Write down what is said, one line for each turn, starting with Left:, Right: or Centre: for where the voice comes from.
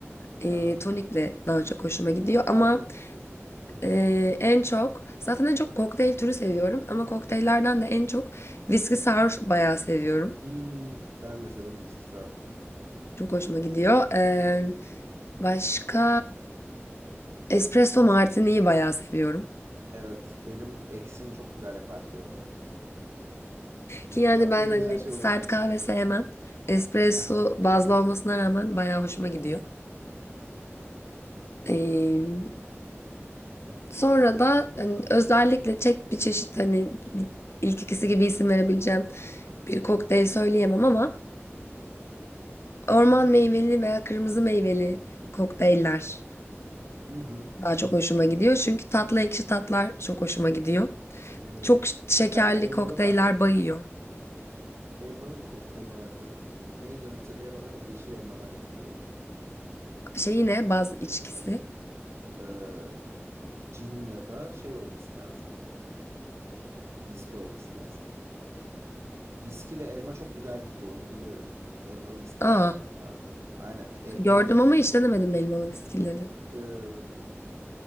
Left: E,
Right: Aha.
Left: tonikle daha çok hoşuma gidiyor
Right: Ben
Left: ama
Right: de kesinlikle tonik
Left: e,
Right: daha güzel.
Left: en çok zaten en çok kokteyl türü seviyorum ama kokteyllerden de en çok viski sour bayağı seviyorum.
Right: Hmm, ben de severim bisküvi sour.
Left: Çok hoşuma gidiyor. E, başka espresso martini'yi bayağı seviyorum.
Right: Evet, benim eksim çok güzel yapardı bu arada.
Left: Ki yani
Right: Yaptığı
Left: ben
Right: en
Left: hani
Right: güzel şey
Left: sert
Right: olabilir.
Left: kahve sevmem. Espresso
Right: Aha.
Left: bazlı olmasına rağmen bayağı hoşuma gidiyor. Ee, sonra da hani özellikle çek bir çeşit hani ilk ikisi gibi isim verebileceğim bir kokteyl söyleyemem ama orman meyveli veya kırmızı meyveli kokteyller
Right: Hı hı.
Left: daha çok hoşuma gidiyor. Çünkü tatlı ekşi tatlar çok hoşuma gidiyor.
Right: Evet.
Left: Çok ş- şekerli
Right: Bir tane elmalı
Left: kokteyller
Right: vardı.
Left: bayıyor.
Right: Elmalı bir kokteyl vardı. Neydi hatırlayamadım ama yeşil elmadan yapılıyor.
Left: Şey yine baz içkisi.
Right: Ee, cin ya da şey olması lazım. Viski olması lazım. Viski ve elma çok güzel gidiyor onu biliyorum. Elmalı viskiler
Left: Aa,
Right: de var hatta. Aynen elma
Left: gördüm ama hiç denemedim elmalı viskileri.
Right: e,